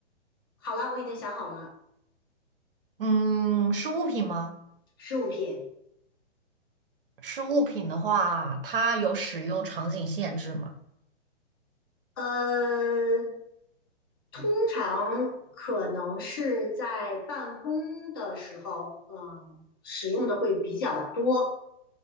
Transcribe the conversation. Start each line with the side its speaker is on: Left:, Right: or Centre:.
Left: 好了，我已经想好了，
Right: 嗯，是物品吗？
Left: 十五品。
Right: 是物品的话，它有使用场景限制吗？
Left: 呃，通常可能是在办公的时候，嗯，使用的会比较多。